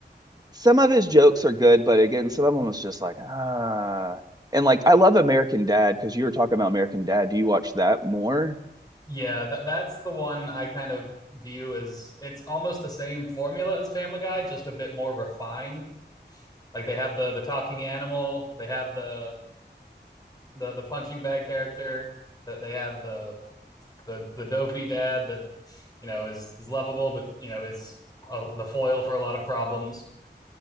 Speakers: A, on the right; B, on the left.
A: some of his jokes are good, but again, some of them was just like ah. And like, I love American Dad because you were talking about American Dad. Do you watch that more?
B: Yeah, that, that's the one I kind of view as it's almost the same formula as Family Guy, just a bit more refined. Like they have the the talking animal, they have the the the punching bag character, that they have the the the dopey dad that you know, is is lovable, but you know, is uh, the foil for a lot of problems.